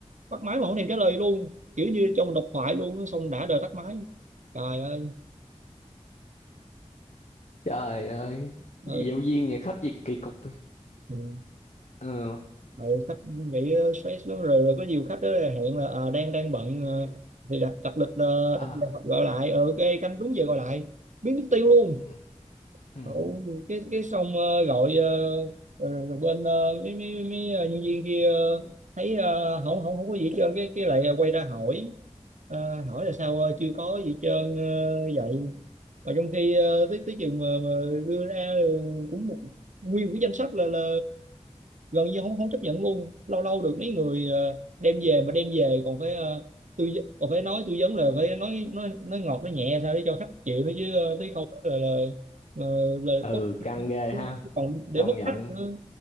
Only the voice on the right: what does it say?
bắt máy mà không thèm trả lời luôn, kiểu như trong độc thoại luôn xong đã đời tắt máy. Trời ơi.
Ờ,
ừ.
ừ, khách nghĩ ờ, stress lắm rồi, rồi có nhiều khách đó là hẹn là ờ, đang đang bận ờ, thì đặt đặt lịch ờ,
đặt, đặt gọi lại ờ ok canh đúng giờ gọi lại biến mất tiêu luôn
Ủa, cái cái xong ờ, gọi ờ, rồi, rồi bên ờ, mấy mấy mấy ờ, nhân viên kia ờ, thấy ờ, không không không có gì hết trơn cái cái lại ờ, quay ra hỏi Ờ, hỏi là sao ờ, chưa có gì hết trơn ờ, vậy mà trong khi ờ, tới tới chừng mà, mà đưa ra ờ, cũng một nguyên một cái danh sách là là gần như không không chấp nhận luôn lâu lâu được mấy người ờ, đem về mà đem về còn phải ờ, tư vấn- còn phải nói tư vấn là phải nói nói nói ngọt nói nhẹ sao để cho khách chịu nữa chứ ờ, tới không là, là mà lời
có
khi còn để
mất
khách nữa